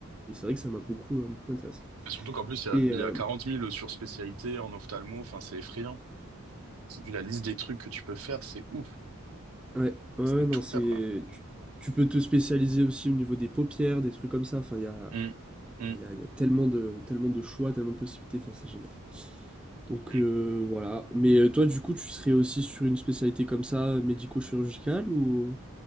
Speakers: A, in the centre; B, on the right.
A: et c'est vrai que ça m'a beaucoup, heu, beaucoup intéressé
B: Et surtout qu'en plus, il y a,
A: et heu,
B: il y a quarante mille sur-spécialités en ophtalmo. Enfin, c'est effrayant. Vu la liste des trucs que tu peux faire, c'est ouf.
A: ouais, ouais,
B: Tu
A: ouais,
B: peux
A: non,
B: tout
A: c'est
B: faire, quoi.
A: tu tu peux te spécialiser aussi au niveau des paupières, des trucs comme ça, enfin,
B: Mm, mm,
A: il y a il y a il y a tellement de tellement de choix, tellement de possibilités, enfin, c'est génial. Donc
B: mm.
A: euh, voilà. Mais euh, toi, du coup, tu serais aussi sur une spécialité comme ça, euh, médico-chirurgicale, ou